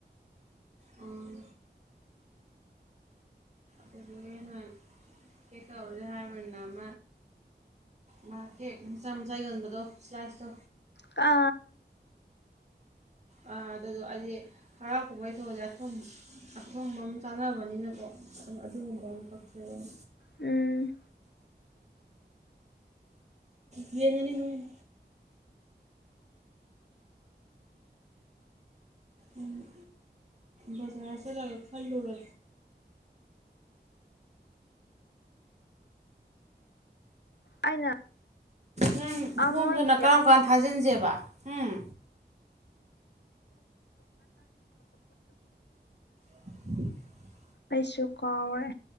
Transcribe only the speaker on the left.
ꯀꯥ.....
ꯎꯝ
ꯑꯩꯅ
ꯑ
ꯃꯣꯏꯒꯤ
ꯑꯩꯁꯨ ꯀꯥꯎꯔꯦ